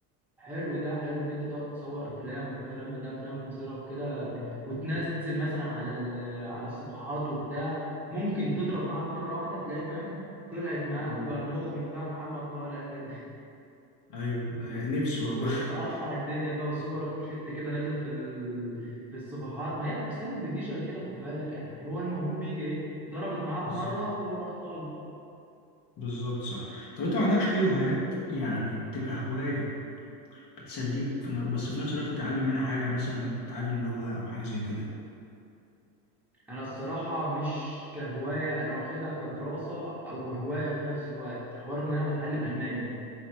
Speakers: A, in the centre; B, on the left.
A: حلو ده حلو ان انت تقعد تصور افلام والكلام من ده افلام قصيره وكده ب- وتنزل مثلا على ال- على الصفحات وبتاع ممكن تضرب معاك مره واحده تلاقي فاهم طلعت معاك
B: آه.
A: وبقى المخرج بقى محمد طالع كده
B: ايوه آه، نفسي والله
A: وقطع
B: <laughs>
A: الدنيا بقى والسوبر شيت كده نازل في ال... في الصفحات ما هي السلام ما بتجيش غير كده خد بالك يعني هو الموهوب بيجي ايه ضربت معاه
B: بالظبط
A: في مره وراح طالع
B: بالظبط صح طب انت ما عندكش اي هوايات يعني بتبقى هواية بتسليك في ن- بس في نفس الوقت بتتعلم منها حاجة مثلا بتتعلم لغة او حاجة زي كده
A: انا الصراحه مش كهوايه انا واخدها كدراسه او هوايه في نفس الوقت حوار ان انا بتعلم الماني